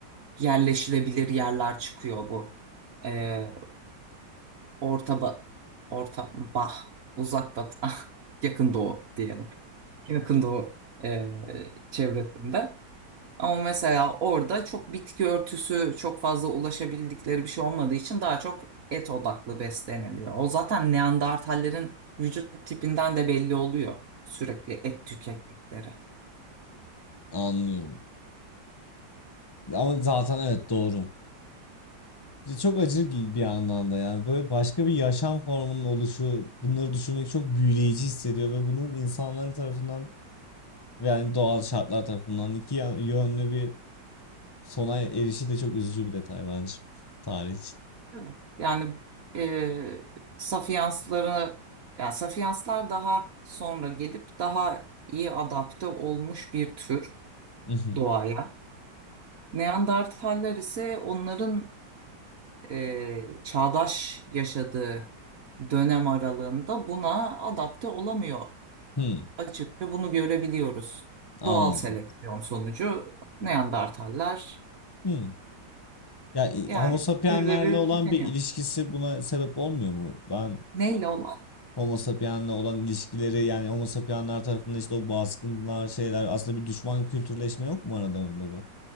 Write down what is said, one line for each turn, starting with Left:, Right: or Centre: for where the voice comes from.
Right: yerleşilebilir yerler çıkıyor bu. E, orta ba, orta bah uzak batı <laughs> yakın doğu diyelim yakında o e, çevresinde. Ama mesela orada çok bitki örtüsü çok fazla ulaşabildikleri bir şey olmadığı için daha çok et odaklı besleniliyor. O zaten Neandertallerin vücut tipinden de belli oluyor sürekli et tükettikleri.
Left: anlıyorum. Ama zaten evet doğru. Çok acı gi- bir anlamda ya. Böyle başka bir yaşam formunun oluşu, bunları düşünmek çok büyüleyici hissediyor ve bunun insanlar tarafından ve yani doğal şartlar tarafından iki ya- yönlü bir sona erişi de çok üzücü bir detay bence. Tarih için.
Right: Değil mi? Yani e, Sapiensları yani Sapienslar daha sonra gelip daha iyi adapte olmuş bir tür
Left: Mhm.
Right: doğaya. Neandertaller ise onların e, çağdaş yaşadığı dönem aralığında buna adapte olamıyor.
Left: Hmm,
Right: Açıkça bunu görebiliyoruz.
Left: anladım.
Right: Doğal seleksiyon sonucu Neandertaller
Left: Hmm. Ya i-
Right: yani
Left: Homo sapienslerle
Right: türleri
Left: olan
Right: tükeniyor.
Left: bir ilişkisi buna sebep olmuyor mu? Ben
Right: Neyle olan?
Left: Homo sapiensle olan ilişkileri yani Homo sapiensler tarafından işte o baskınlar şeyler aslında bir düşman kültürleşme yok mu aralarında da